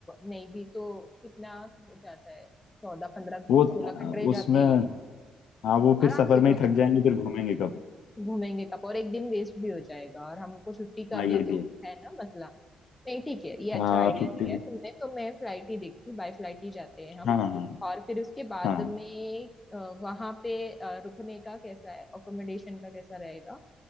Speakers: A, on the left (about 20°); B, on the left (about 80°).
A: नहीं भी तो कितना हो जाता है चौदह पंद्रह
B: वो अ,
A: सोलह घंटे जाते
B: उसमें
A: ही है
B: हाँ
A: हाँ,
B: वो फिर
A: आराम
B: सफर
A: से चौदह
B: में ही थक
A: पंद्रह
B: जाएंगे
A: घंटे
B: फिर घूमेंगे कब
A: घूमेंगे कब और एक दिन वेस्ट भी हो जाएगा और हमको छुट्टी का
B: हाँ ये
A: भी तो
B: भी है
A: है ना मसला नहीं ठीक है ये
B: हाँ
A: अच्छा आइडिया
B: छुट्टी
A: दिया है तुमने तो मैं फ्लाइट ही देखती हूँ बाय फ्लाइट ही जाते हैं हम
B: हाँ हाँ हाँ
A: और फिर उसके बाद
B: हाँ।
A: में वहां पे अ, रुकने का कैसा है अकोमोडेशन का कैसा रहेगा